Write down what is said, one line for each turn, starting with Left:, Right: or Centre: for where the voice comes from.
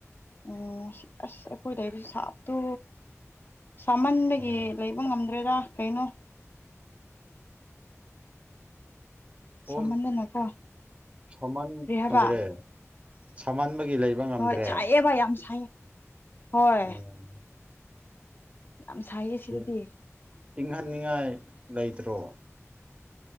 Left: ꯎ ꯑꯁ ꯑꯩꯈꯣꯏ ꯂꯩꯕ ꯁꯥꯞꯇꯣ ꯁꯥꯃꯟꯕꯗꯒꯤ
Right: ꯑꯣ
Left: ꯂꯩꯕ ꯉꯝꯗ꯭ꯔꯦꯔ ꯀꯩꯅꯣ
Right: ꯑꯣ
Left: ꯁꯥꯃꯟꯗꯅꯀꯣ
Right: ꯁꯃꯥꯟ
Left: ꯀꯔꯤ ꯍꯥꯏꯕ
Right: ꯈꯗ꯭ꯔꯦ ꯁꯃꯥꯟ ꯃ ꯒꯤ ꯂꯩꯕ ꯉꯝꯗ꯭ꯔꯦ
Left: ꯍꯣꯏ ꯁꯥꯏꯌꯦꯕ ꯌꯥꯝ ꯁꯥꯏꯌꯦ ꯍꯣꯏ
Right: ꯎꯝ
Left: ꯌꯥꯝ ꯁꯥꯏꯌꯦꯦ
Right: ꯐꯦꯟ
Left: ꯁꯤꯗꯗꯤ
Right: ꯏꯪꯍꯟꯅꯤꯡꯉꯥꯏ ꯂꯩꯇ꯭ꯔꯣ